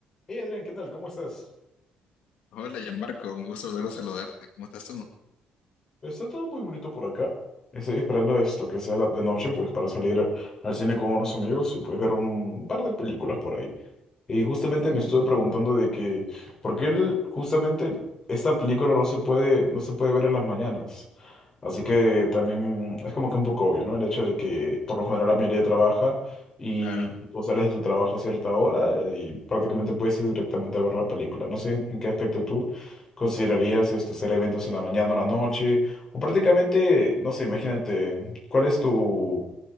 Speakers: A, on the left; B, on the left.
A: Hey Adrián, ¿qué tal? ¿Cómo estás?
B: Hola, Gianmarco, un gusto volver a saludarte. ¿Cómo estás tú?
A: Está todo muy bonito por acá. Estoy esperando esto, que sea la de noche, pues para salir al cine con unos amigos y pues ver un par de películas por ahí. Y justamente
B: Uh,
A: me estuve preguntando de que, ¿por qué el- justamente el- esta película no se puede, no se puede ver en las mañanas? Así que también es como que un poco obvio, ¿no? El hecho de que por lo general la mayoría trabaja y
B: claro.
A: tipo, sales de tu trabajo a cierta hora eh, y prácticamente puedes ir directamente a ver la película. No sé en, en qué aspecto tú considerarías esto, ser eventos en la mañana o la noche. O prácticamente, no sé, imagínate, ¿cuál es tu,